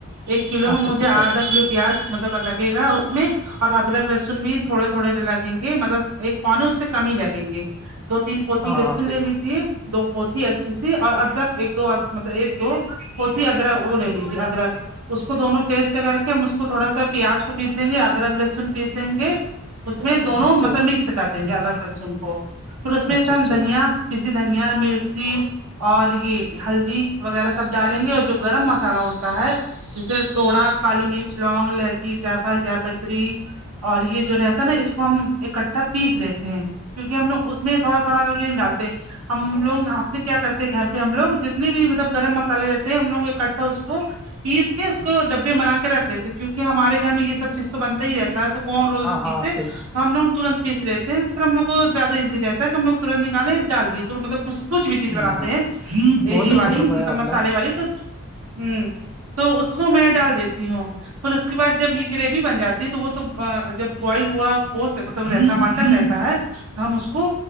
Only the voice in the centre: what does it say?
اچھا
اچھا
اچھا
ہاں
ہاں صحیح
ہے
اچھا
اچھا
اچھا
ہاں
ہاں صحیح
ہ
بہت اچھا
فرمایا
آپ
نے